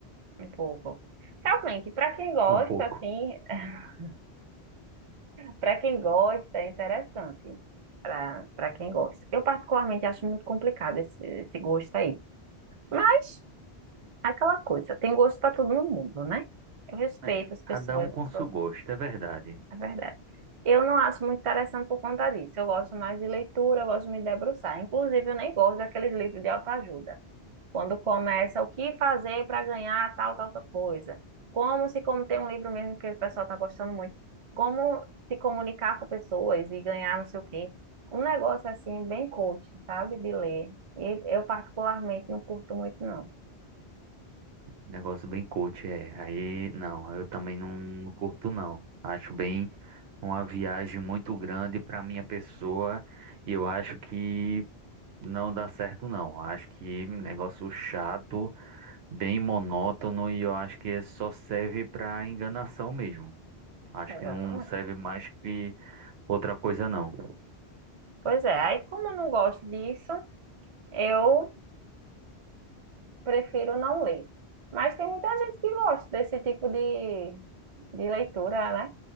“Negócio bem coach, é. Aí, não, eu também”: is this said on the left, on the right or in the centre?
Right